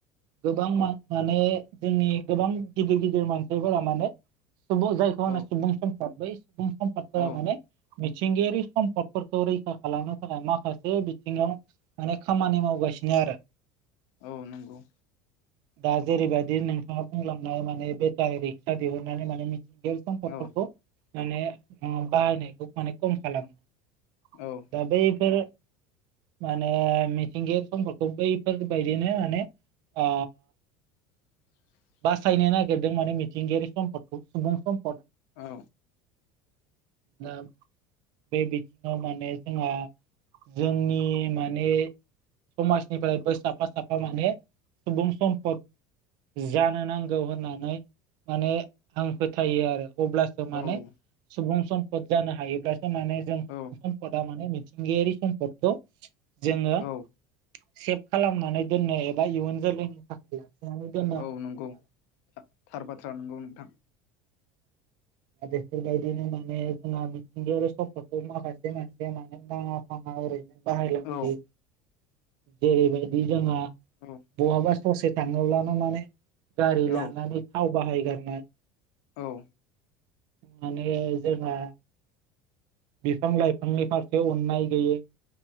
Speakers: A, on the right; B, on the left.
A: गोबां माने जोंनि गोबां गिदिर गिदिर मानसिफोरा माने सुबुं जायखौ होनो
B: औ
A: सुबुं सम्पद बै सुबुं फोरा
B: औ
A: माने मिथिंगायारि सम्पदफोरखौ रैखा खालामनो थाखाय माखासे बिथिङाव माने खामानि मावगासिनो सिनो आरो
B: औ नंगौ
A: दा जेरैबायदि नोंथाङा बुंलांनो माने बेटारि रिक्सा दिहुननानै माने मि ग सम्पदफोरखौ
B: औ
A: माने बाहायनायखौ माने खम खालामो
B: औ
A: दा बैफोर माने मिथिंगायारि सम्फदखौ बैफोरबायदिनो माने आ
B: <inaudible>
A: बासायनो नागिरदों माने मिथिंगायारि सम्फोरखौ सुबुं सम
B: औ
A: दा बे बिथिङाव माने जोंहा जोंनि माने समाजनिफ्रायबो साफा साफा माने सुबुं सम्फद जा जानो नांगौ होननानै माने आं फोथायो आरो अब्लासो माने
B: औ
A: सुबुं सम्पद जानो हायोब्लासो माने जों सुबुं
B: औ
A: सम्पदा माने मिथिंगायारि सम्पदखौ जोङो
B: औ
A: सेभ खालामनानै दोननो एबा इयुन जोलैनि थाखाय ज दोनो
B: औ नंगौ थार बाथ्रा नंगौ नोंथां।
A: दा बेफोरबायदिनो माने जोंहा मिथिंगायारि समफदखौ माखासे मानसिया मानो नाङा फाङा ओरैनो बाहायला बायो
B: औ
A: जेरैबायदि जोंहा
B: औ
A: बहाबा ससे थाङोब्लानो माने गारि
B: औ
A: लानानै थाव बाहायगारनाय
B: औ
A: माने जोंहा बिफां लाइफांनि फारसे अन्नाय गैयै